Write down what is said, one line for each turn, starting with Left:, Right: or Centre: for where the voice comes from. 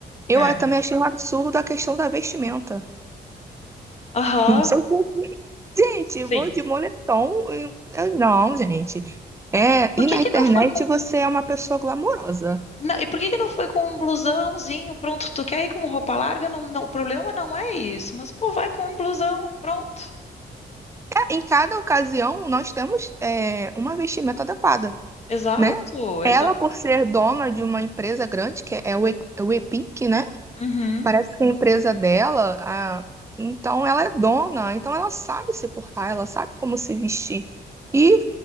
Right: Eu
Left: é.
Right: ah, também achei um absurdo a questão da vestimenta.
Left: Aham,
Right: Não sei se... Gente,
Left: sim.
Right: eu <laughs> vou de moletom. e- eu- Não, gente. É,
Left: Por
Right: e
Left: que
Right: na
Left: que
Right: internet
Left: não foi com
Right: você é uma pessoa glamourosa.
Left: não, e por que que não foi com um blusãozinho? Pronto, tu quer ir com roupa larga? Não, não, o problema não é isso, mas pô, vai com um blusão, pronto.
Right: É, Em cada ocasião, nós temos é, uma vestimenta adequada.
Left: Exato,
Right: né? Ela,
Left: exato.
Right: por ser dona de uma empresa grande, que é o E- é o Epink, né?
Left: Uhum.
Right: Parece que a empresa dela, a- então ela é dona, então ela sabe se portar, ela sabe como se vestir. E